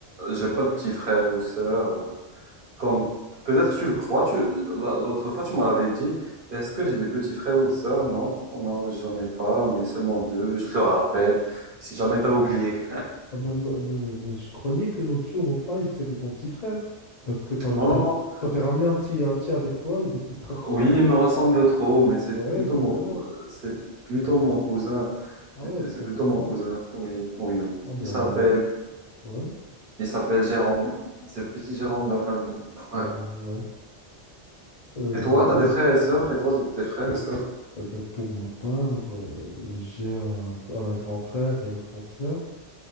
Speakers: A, on the right; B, on the left.
A: j'ai pas de petits frères ou sœurs. euh, Comme peut-être tu le crois, tu... la- l'autre fois tu m'avais dit, est-ce que j'ai des petits frères ou sœurs? Non, non, j'en ai pas, on est seulement deux. Je te rappelle, si jamais t'as oublié.
B: Ah ben, me- me- mais, je croyais que l'autre jour au Five, c'était ton petit frère. Parce que t'as,
A: Non,
B: t'as-
A: non, non.
B: t'avais ramené un petit, un petit avec toi, il était très fort.
A: Oui, il
B: et-
A: me ressemble trop, mais c'est
B: Ouais,
A: plutôt
B: exactement.
A: mon, c'est plutôt mon cousin.
B: Ah
A: C'est
B: ouais, c'est
A: c'est
B: ton
A: plutôt
B: cousin.
A: mon cousin, oui, oui.
B: Ah
A: Il
B: ben
A: s'appelle,
B: là, euh, ouais,
A: il s'appelle Jérôme. C'est le petit Jérôme de la famille. Ouais.
B: Ah ben, ouais, Euh,
A: Et
B: c'est
A: toi,
B: bien.
A: t'as des frères et sœurs? Et toi, t'as des frères et sœurs?
B: Eh ben, pour ma part, euh, j'ai un, un grand frère et une grande sœur.